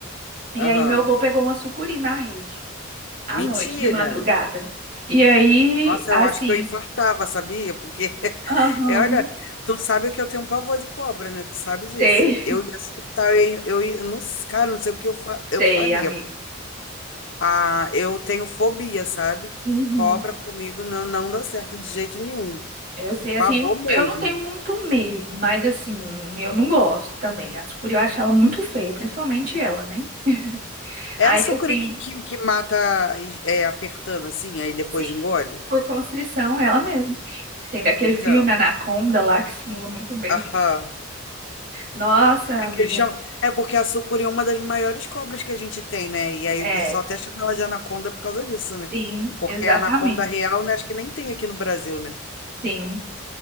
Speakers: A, on the right (about 45°); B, on the left (about 65°).
A: E
B: aham.
A: aí meu avô pegou uma sucuri na rede, à
B: Mentira!
A: noite, de madrugada. E aí,
B: Nossa,
A: assim,
B: eu acho que eu infartava, sabia? Porque, <laughs>
A: Aham.
B: é, olha, tu sabe que eu tenho um pavor de cobra, né? Tu sabe disso.
A: Sei,
B: Eu ia surtar, eu, ia- eu, ia- não, cara, não sei o que eu, fa, eu
A: sei,
B: faria,
A: amiga.
B: pô. Ah, eu tenho fobia, sabe?
A: Uhum.
B: Cobra comigo não, não dá certo de jeito nenhum.
A: Eu sei,
B: Pavor
A: assim, eu,
B: mesmo.
A: eu não tenho muito medo, mas assim, eu não gosto também. A sucuri eu acho ela muito feia, principalmente ela, né? <laughs>
B: É
A: Aí,
B: a sucuri
A: assim,
B: que, que, que mata é, apertando assim, aí depois
A: sim,
B: engole?
A: por constrição, ela mesma. Tem daquele
B: Então,
A: filme Anaconda lá que simula muito bem
B: aham.
A: o que. Nossa,
B: É
A: amiga.
B: que eles chamam- é porque a sucuri é uma das maiores cobras que a gente tem, né? E aí
A: É,
B: o pessoal até chama ela de anaconda por causa disso, né?
A: sim,
B: Porque
A: exatamente.
B: a anaconda real, né? Acho que nem tem aqui no Brasil, né?
A: Sim.